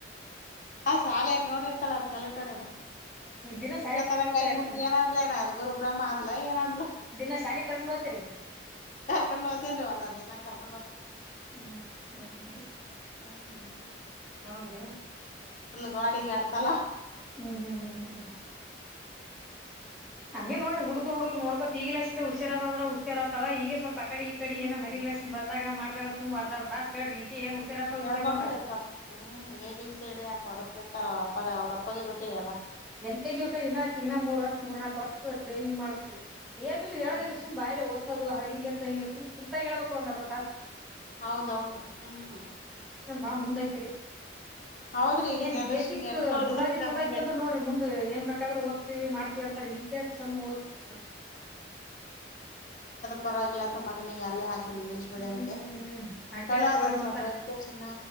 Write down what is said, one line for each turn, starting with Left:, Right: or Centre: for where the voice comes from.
Left: ಹ ಶಾಲ ಆಗ ನೋಡಿರ್ತಾಳ ಸೊಲ್ಯೂಟ್ ಹೊಡಿಯೋದು
Centre: ದಿನ
Left: ಇ್ರ
Centre: ಸಾರಿ ಕರ್ಕೊಂಡ್
Left: ತಾನ
Centre: ಹೋಗ್ತಿರೇನ
Left: ಕೈ ಮುಗ್ದ ಏನ ಅನಾದ್ಲ ಏನ ಗುರು ಬ್ರಹ್ಮ ಅಂದಲ ಏನ ಅನಾದಲ್ಲ
Centre: ದಿನ ಶಾಲಿ ಕರ್ಕೊಂಡು ಹೋಗ್ತರಿ
Left: ಕರ್ಕೊಂಡು ಹತೇನ್ ಒಂದ ಒಂದು ದಿನ ನ ಕರ್ಕೊಂಡು
Centre: ಹ್ಮ್ ಹ್ಮ
Left: ಹ್ಮ್
Centre: ಹ ಹೌದ್ರಿ
Left: ಗೋಡೆಗೆ ಎರಡು ಸಲ
Centre: ಹ್ಮ್ ಹ್ಮ್ ಹ್ಮ್ ಹ್ಮ್ ಹ್ಮ್ ಹಂಗೆ ನೋಡ್ರಿ ಹುಡುಗ್ರು ಹುಗ್ರು ನೋಡ್ಕೋತ್ ಈಗಲಷ್ಟಿಂದ ಹುಷಾರತದ ಅಂದ್ರ ಹುಷಾರತವ ಈಗ ಸ್ವಲ್ಪ ಪಕಡಿ ಈ ಕಡಿ
Left: ಹ್ಮ್
Centre: ಏನ ಮನೆಗ್ ಲಕ್ಷಿ ಬಂದಾಗ ಮಾಡಾಗ ಸುಮಾರದಾರ ದಾಸ್ ಕ ಹೇಳ್ರಿ ಏನ್ ಹುಷಾರತ ಹುಷಾರ್
Left: ಹೇಳ್ಬೇಕ್ರಿ
Centre: ನೋಡ್ರಿ
Left: ಎಲ್ಲ ಸ್ವಲ್ಪ ಹ್ಮ್ ಎ ಬಿ ಸೀ ಡಿ ಅಂತ ಹೊದರ್ತಿರ್ತಾರ ಅವ್ರಪ್ಪರ ಅವ್ರಪ್ಪಗೆ ಬಿಟ್ಟಿ ಎಲ್ಲ
Centre: ಎಲ್ ಕೆ ಜಿ ಇಕಿಗನಾ ಮೂರ್ ವರ್ ಮೂರ್ನಾಕಕ್ ವರ್ಷ ಟ್ರೈನಿಂಗ್ ಮಾಡ್ಬೇಕಕ್ ರೀ ಏನ ಇಲ್ರಿ
Left: ಹ್ಮ್
Centre: ಹೇಳೋದಿಲ್ಲ ಸುಮ್ನೆ ಬಾಯ ಓದಸೋದು ಹಂಗ ಇರ್ತಾಂಗ ಸುಂಕುಂತಾಗ ಹೇಳ್ಬೇಕ್ರಿ ಅರ್ಧ ತಾಸ
Left: ಹೌದೌದು ಹ್ಮ್
Centre: ಬಾ ಮುಂದ್ ಐತ್ರಿ
Left: ಹೌದ್ರಿ ಈಗ
Centre: ಏನ್
Left: ಜನ್ರೇಷನ್ಗೆ
Centre: ಬೇಸಿಕ್
Left: ಎಷ್ಟ್ ಓದಿದ್ರು
Centre: ಬುನಾದಿ
Left: ಕಮ್ಮಿ
Centre: ಚೋಲೋ ಐತಂದ್ರ
Left: ರೀ
Centre: ನೋಡ್ರ ಮುಂದ ಏ ಬೇಕಾದ್ರ ಓದ್ತಿವಿ ಮಾಡ್ವಿ ಅಂತರಿ ಈಗಷ್ಟ ಚಂದ ಹ ಓದಸ ಬೆಕ್
Left: ಪರವಾಗಿಲ್ಲಂತ ಮಗನಿಗೆ ಅಲ್ಲೇ ಹಾಕಿನಿ ಇಂಗ್ಲೀಷ್ ಮೀಡಿಯಂಗೆ
Centre: ಹ್ಮ್ ಹ್ಮ್ ಹ್ಮ್ ಅಟ್ಟೆ
Left: ಚಲೋ
Centre: ಆತ್ ತೋರಿ
Left: ಅದಲ್
Centre: ಮತ್ತ
Left: ಸ್ವಲ್ಪ ಎಜುಕೇಶನ್